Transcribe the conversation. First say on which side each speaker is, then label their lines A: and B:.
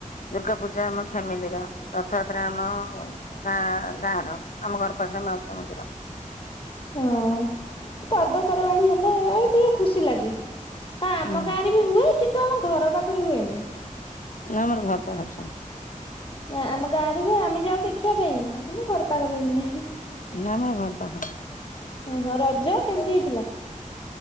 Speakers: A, on the left; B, on the left.
A: ଦୁର୍ଗା ପୂଜା ଆମ ଫ୍ୟାମିଲି ର, ରଥଯାତ୍ରା ଆମ ଗାଁ ଗାଁ ର, ଆମ ଘର ପାଖ ର ମାଉସୀମା ମନ୍ଦିର।
B: ହଁ, ପର୍ବପର୍ବାଣି ହେଲେ ଆ ଟିକେ ଖୁସି ଲାଗେ। ହଁ ଆମ
A: ହୁଁ
B: ଗାଁରେ ବି ହୁଏ କିନ୍ତୁ ଆମ ଘର ପାଖରେ ହୁଏନି।
A: ନା ଆମର ଘର ପାଖରେ ସବୁ।
B: ନା ଆମ ଗାଁ ରେ ହୁଏ ଆମେ ଯାଉ ଦେଖିବା ପାଇଁ କିନ୍ତୁ ଘର ପାଖରେ ନୁହେଁ।
A: ନା ଆମର ଘର ପାଖରେ।
B: ହୁଁ, ରଜ କେମିତି ହେଇଥିଲା?